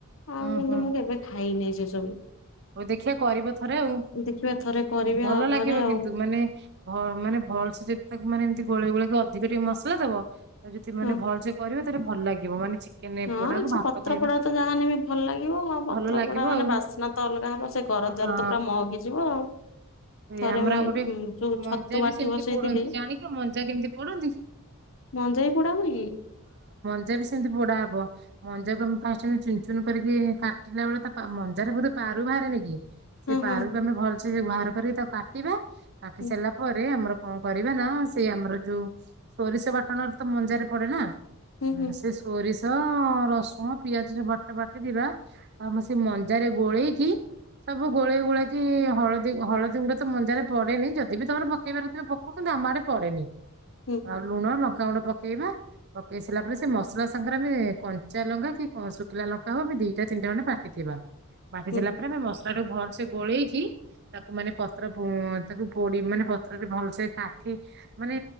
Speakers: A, on the left (about 60°); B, on the right (about 50°).
A: ଆଉ
B: ହୁଁ
A: କିନ୍ତୁ
B: ହୁଁ
A: ମୁଁ କେବେ ଖାଇନି ସେସବୁ।
B: ହଉ ଦେଖିିବା କରିବ ଥରେ ଆଉ
A: ଦେଖିବା ଥରେ କରିବି
B: ଭଲ
A: ଆଉ
B: ଲାଗିବ
A: ଘରେ
B: କିନ୍ତୁ
A: ଆଉ
B: ମାନେ ଭ ମାନେ ଭଲ ସେ ଯେତେ ତାକୁ ମାନେ ଏମିତି ଗୋଳେଇ ଗୋଳ ିକେ ଟିକେ ମସଲା ଦବ ଯଦି ମାନେ
A: ହଁ।
B: ଭଲସ କରିବେ ତାହେଲେ ଭଲ ଲାଗିବ ମାନେ ଚିକେନ
A: ହଁ
B: ପୋଡାକୁ
A: ସେ
B: ଭାତ
A: ପତ୍ର
B: ଖାଇବ
A: ପୋଡା ତ ଯାହାନେ ବି ଭଲ ଲାଗିବ ଆଉ ପତ୍ର
B: ଭଲ ଲାଗିବ
A: ପୋଡା ମାନେ
B: ଆଉ
A: ବାସ୍ନା ତ ଅଲଗା ହବ ସେ ଘର ଦ୍ୱାର
B: ହଁ
A: ତ ପୁରା ମଗିଯିବ ଆଉ।
B: ସେ
A: ଥରେ
B: ଆମର
A: ମୁଁ
B: ଆଉ
A: ଏଇଠି
B: ଗୋଟେ
A: ଯୋଉ
B: ମଞ୍ଜା
A: ଛତୁ
B: ବି
A: ବାଟି
B: ସେମିତି
A: ବସେଇଥିଲି
B: ପୋଡନ୍ତି ଜାଣିଛ ମଞ୍ଜା କେମିତି ପୋଡନ୍ତି?
A: ମଞ୍ଜାଇ ପୋଡା ହୁ
B: ମା ସେମିତି ବଡା ହବ ମଞଜାକୁ ଆମେ ଫାର୍ଷ୍ଟ ଚୁୁନ କରିକି କାଟିଲା ବଳେ ମ୍ଜ ବ ବାରୁ ବାହାରେ ନେ କି।
A: ହଁ
B: ସେ ପାରୁକୁ
A: ହଁ
B: ଆମେ ଭଲସେ ବାହାର କରିକି ତାକୁ କାଟିବା କାଟି
A: ହୁଁ
B: ସାରିଲା ପରେ ଆମର କଣ କରିବା ନା ସେଇ ଆମର ଯୋଉ ସୋରିଷ ବାଟଣରେ ତ ମଞ୍ଜାରେ ପଡେ ନା।
A: ହୁଁ ହୁଁ
B: ସେ ସରି ରସୁଣ ପିଆଜ ବଟା ବାଟ ଦବା ଆଉ ଆମ ସେ ମଞ୍ଜାରେ ଗୋଳେଇକି ସବୁ ଗୋଳେଇ ଗୋଳାକ ହଳଦୀ ହଳଦୀ ଦ ଗୁଡେ ମଜାରେ ପଡେନି ଯଦି ବି ତମ ପକେଇବାରାରୁଥିବ ପକଉ କିନ୍ତୁ ଆମଆଡ଼େ ପଡନି।
A: ହୁଁ
B: ଆଉ ଲୁଣ ଲଙ୍କା ଗୁଡେ ପକେଇବା। ପକେଇ ସାରିଲା ପରେ ସେ ମସଲା ସାଙ୍ଗରେ ଆମେ କଞ୍ଚା ଲଙ୍କା କି ଶୁଖିଲା ଲଙ୍କା ହଉ ଆମେ ଦିଟା ତିନିା ମାନେ ବାଟିଥିବା। ମାଟିଦଲା
A: ହୁଁ
B: ପରେ ଆମେ ମସଲା ଟୁ ଭଲସେ ଗୋଳେଇକି ତାକୁ ମାନେ ପତ୍ର ତାକୁ ପୋଡି ମାନେ ପତ୍ରରେ ଭଲସେ କାଠି ମାନେ